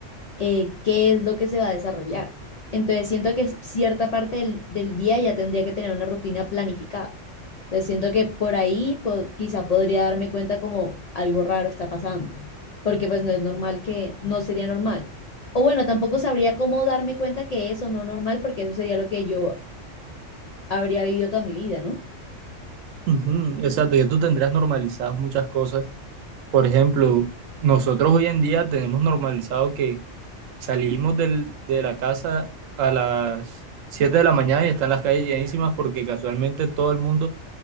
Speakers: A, on the left; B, on the right.
A: eh, qué es lo que se va a desarrollar. Entonces siento que es cierta parte del, del día ya tendría que tener una rutina planificada. Entonces siento que por ahí po- quizá podría darme cuenta como algo raro está pasando, porque pues no es normal que, no sería normal. O bueno, tampoco sabría cómo darme cuenta que eso no es normal, porque eso sería lo que yo habría vivido toda mi vida, ¿no?
B: Ujú, Exacto, ya tú tendrías normalizadas muchas cosas. Por ejemplo, nosotros hoy en día tenemos normalizado que salimos del- de la casa a las 7 de la mañana y están las calles llenísimas porque casualmente todo el mundo